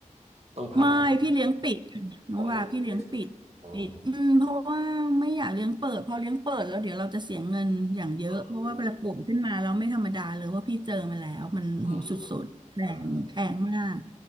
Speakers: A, on the right (about 50°); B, on the right (about 35°).
A: ต้องพาออก
B: ไม่พี่เลี้ยงปิดค่ะน้องว่าพี่เลี้ยงปิดปิดอืมเพราะว่าไม่อยากเลี้ยงเปิดพอเลี้ยงเปิดแล้วเดี๋ยวเราจะเสียเงินอย่างเยอะเพราะว่าเวลาป่วยขึ้นมาเราไม่ธรรมดาเลยว่าะพี่เจอมาแล้วมันหูสุดๆแพงแพงมาก
A: ออกกำลังกายเลยใช่ไหมอ๋ออืมอืมอ่า